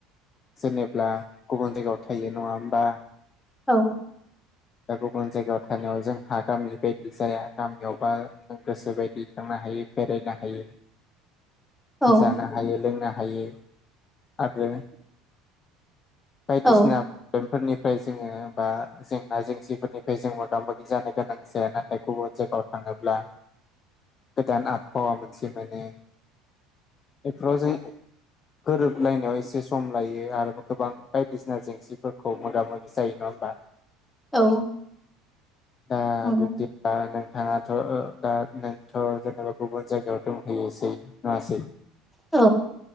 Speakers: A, on the left; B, in the centre.
A: जेनेब्ला गुबुन जायगायाव थायो नङा होमबा?
B: औ।
A: दा गुबुन जायगायाव थानायाव जोंहा गामि बायदि जाया गामियावबा जों गोसो बायदि थानो हायो। हायो बेरायनो हायो
B: औ
A: जानो हायो लोंनो हायो। आरो बायदिसिना
B: औ
A: बे। फोरनिफ्राय जोङो बा जों। बा जेंसिफोरनिफ्राय जों मोगा मोगि जानो गोनां जाया नाथाय गुबुन जायगायाव थाङोब्ला। गोदान आबहावा मोनसे मोनो बेफोराव जों। गोरोबलायनायाव एसे सम लायो आरो गोबां बायदिसिना जेंसिफोरखौ मोगा मोगि जायो नं बा।
B: औ।
A: दा
B: नंगौ
A: बि। थाङाथ' दा नोंथ' जेनेबा गुबुन जायगायाव दंहैयोसै नंआसै।
B: औ